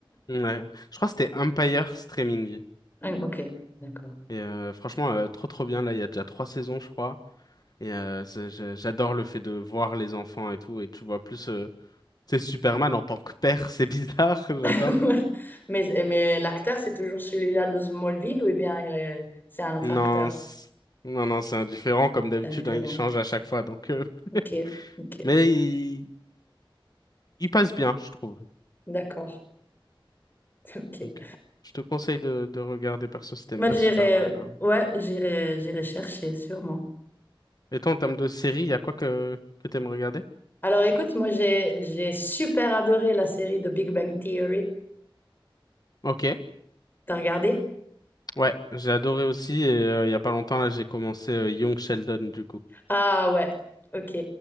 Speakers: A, on the left; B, on the left.
A: Ouais. Je crois que c'était Empire Streaming.
B: Ah, Ok, d'accord.
A: Et euh, franchement, euh, trop trop bien. Là, il y a déjà trois saisons, je crois. Et euh, c'est- je- j'adore le fait de voir les enfants et tout. Et tu vois plus, euh, c'est Superman en tant que père, <laughs> c'est bizarre, j'adore.
B: <laughs> Ouais. Mais, mais l'acteur, c'est toujours celui-là de Smallville ou eh bien il est- c'est un autre
A: Non,
B: acteur?
A: c'est- non, non, c'est indifférent comme d'habitude,
B: C'est indifférent.
A: hein, il change à chaque fois. Donc, euh, <laughs>
B: Ok, ok.
A: mais il... il passe bien, je trouve.
B: D'accord. <laughs> Ok.
A: Donc, euh, je te conseille de, de regarder perso si t'aimes
B: Bah,
A: bien
B: j'irai,
A: Superman. hein.
B: ouais, j'irai, j'irai chercher sûrement.
A: Et toi, en termes de série, il y a quoi que que t'aimes regarder?
B: Alors écoute, moi j'ai j'ai super adoré la série de Big Bang Theory.
A: Ok,
B: T'as regardé?
A: ouais, j'ai adoré aussi. Et euh, il y a pas longtemps là, j'ai commencé euh, Young Sheldon du coup.
B: Ah ouais, ok.